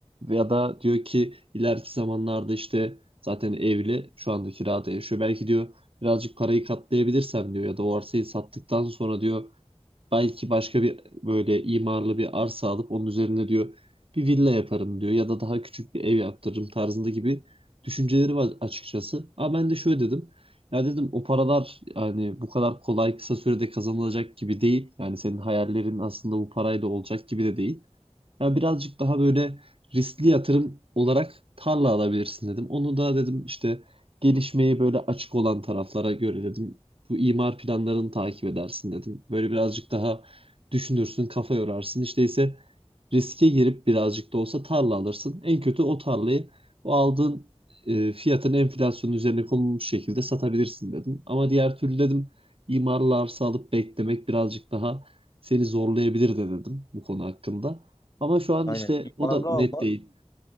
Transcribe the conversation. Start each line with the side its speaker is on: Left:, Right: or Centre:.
Right: Ya da diyor ki ileriki zamanlarda işte zaten evli şu anda kirada yaşıyor. Belki diyor birazcık parayı katlayabilirsem diyor ya da o arsayı sattıktan sonra diyor Belki başka bir böyle imarlı bir arsa alıp onun üzerine diyor bir villa yaparım diyor ya da daha küçük bir ev yaptırırım tarzında gibi düşünceleri var açıkçası. Ama ben de şöyle dedim. Ya dedim o paralar yani bu kadar kolay kısa sürede kazanılacak gibi değil. Yani senin hayallerin aslında bu parayla olacak gibi de değil. Ya birazcık daha böyle riskli yatırım olarak tarla alabilirsin dedim. Onu da dedim işte gelişmeye böyle açık olan taraflara göre dedim. Bu imar planlarını takip edersin dedim. Böyle birazcık daha düşünürsün, kafa yorarsın. İşte ise riske girip birazcık da olsa tarla alırsın. En kötü o tarlayı o aldığın e, fiyatın enflasyonun üzerine konulmuş şekilde satabilirsin dedim. Ama diğer türlü dedim imarlı arsa alıp beklemek birazcık daha seni zorlayabilir de dedim bu konu hakkında. Ama şu an
Left: Aynen.
Right: işte
Left: İmarlı
Right: o da
Left: almak,
Right: net değil.